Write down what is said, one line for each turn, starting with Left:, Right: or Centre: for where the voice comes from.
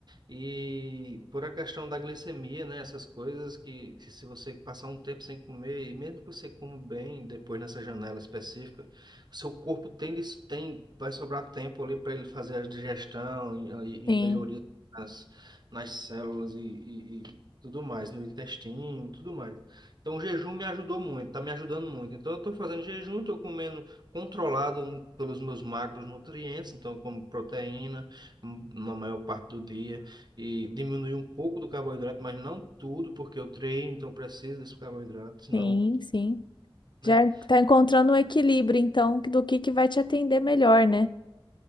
Right: E por a questão da glicemia, né? Essas coisas que, que se você passar um tempo sem comer, e mesmo que você coma bem depois nessa janela específica, o seu corpo tem, dis- tem vai sobrar tempo ali para ele fazer a digestão e, e,
Left: Sim.
Right: e melhoria nas, nas células e, e, e tudo mais, no intestino, tudo mais. Então o jejum me ajudou muito, tá me ajudando muito. Então eu estou fazendo jejum, estou comendo controlado pelos meus macronutrientes, então eu como proteína hum, na maior parte do dia e diminuir um pouco do carboidrato, mas não tudo, porque eu treino, então preciso desse carboidrato, senão,
Left: Sim, sim. Já
Right: né?
Left: tá encontrando um equilíbrio, então, do que que vai te atender melhor, né?